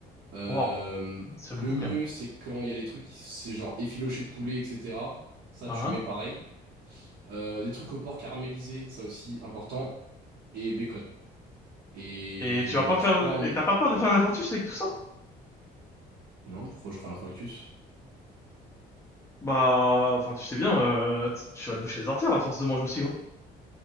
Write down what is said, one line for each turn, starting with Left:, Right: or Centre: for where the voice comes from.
Right: Euh,
Left: Waouh, ça fait
Right: le
Left: beaucoup quand
Right: mieux,
Left: même.
Right: c'est quand il y a des trucs qui c'est genre effiloché de poulet, etc. Ça,
Left: Hein?
Right: tu mets pareil. Euh, des trucs au porc caramélisé, ça aussi important. Et bacon. Et
Left: Et tu vas pas faire
Right: tu peux en...
Left: et t'as pas peur de faire un infarctus avec tout ça?
Right: Non, pourquoi je prends l'infarctus?
Left: Bah, enfin tu sais bien, euh, t- tu vas te boucher les artères à force de manger aussi